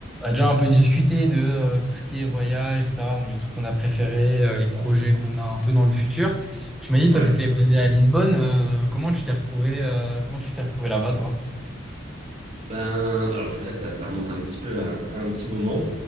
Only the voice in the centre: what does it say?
On a déjà un peu discuté de euh, tout ce qui est voyage, etc. Donc, les trucs qu'on a préférés, euh, les projets qu'on a un peu dans le futur. Tu m'as dit, toi,
tu étais basé à Lisbonne. euh, comment tu t'es retrouvé, euh, comment tu t'es retrouvé là-bas, toi?